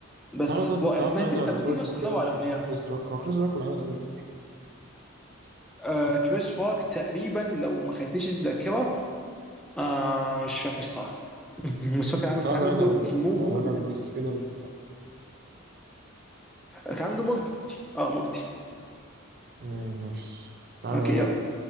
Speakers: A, in the centre; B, on the right.
A: بس
B: تعالى طب
A: رائع
B: تعالى نراجع
A: ما انت
B: الفويسز
A: لما تيجي اصلا
B: كده
A: ندور
B: عشان
A: على اغنيه
B: نشوف كريس روك هو كريس روك كان عامل أنهي دور
A: آه كريس روك تقريبا لو ما خانتنيش الذاكره آه مش فاكر الصراحه بس هو كان عامل
B: تعالى
A: كان عامل
B: نراجع
A: دور
B: الفويسز
A: مو
B: تعالى
A: مودي
B: نراجع الفويسز كده ونيجي نكمل
A: كان عنده مورتي اه مورتي
B: مم، ماشي تعالى
A: اوكي
B: نراجع
A: يلا